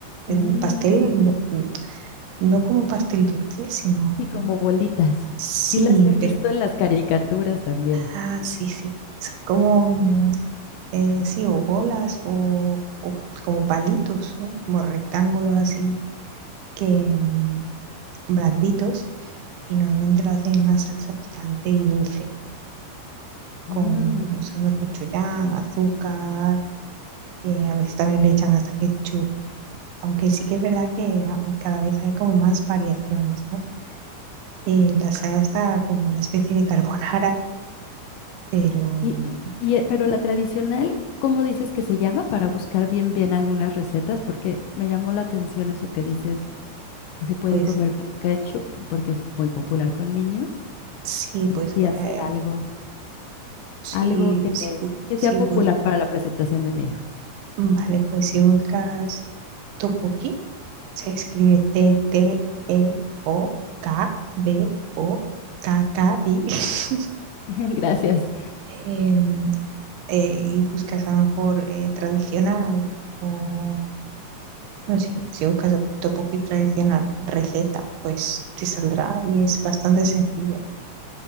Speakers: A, on the right; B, on the left.
A: En
B: mm,
A: pastel, no, no como pastel dulce, sino,
B: Y como bolitas.
A: sí,
B: Sí las he visto
A: pero,
B: en las caricaturas también.
A: ah, sí, sí. Son como, mm, eh, sí, o bolas o, o como palitos, ¿no? Como rectángulos así, que, mm, blanditos. Y normalmente lo hacen en una salsa picante y dulce, con,
B: Mm,
A: usando cochuyán, azúcar eh, a veces también le echan hasta ketchup, aunque sí que es verdad que a- cada vez hay como más variaciones, ¿no? Eh, la saya está como una especie de carbonara, pero
B: Y,
A: mm,
B: y, y, eh, pero la tradicional, ¿cómo dices que se llama? Para buscar bien, bien algunas recetas, porque me llamó la atención eso que dices que se puede
A: pues
B: comer con ketchup, porque es muy popular con niños,
A: sí, pues
B: y así hacer
A: eh,
B: algo.
A: sí,
B: algo que,
A: sí, bu-
B: que
A: sí
B: sea popular
A: bus-
B: para la presentación de mi hijo.
A: vale, pues si buscas topoki, se escribe T-T-E-O-K-B-O-K-K-I. <laughs>
B: <laughs> Gracias.
A: em, eh, y buscas a lo mejor eh, tradicional o Pues sí, si buscas tteokbokki tradicional, receta, pues te saldrá y es bastante sencillo.